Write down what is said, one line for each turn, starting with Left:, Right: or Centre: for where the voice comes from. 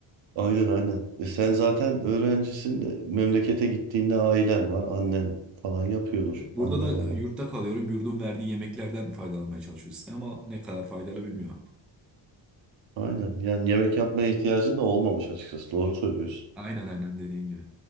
Right: Aynen aynen. E sen zaten öğrencisin. de Memlekete gittiğinde ailen var. Annen falan yapıyordur.
Centre: Burada
Right: Anne
Centre: da
Right: baba.
Centre: e, yurtta kalıyorum. Yurdun verdiği yemeklerden faydalanmaya çalışıyoruz. Ama ne kadar faydalı bilmiyorum.
Right: Aynen. Yani yemek yapmaya ihtiyacın da olmamış açıkçası. Doğru söylüyorsun.
Centre: Aynen aynen dediğin gibi.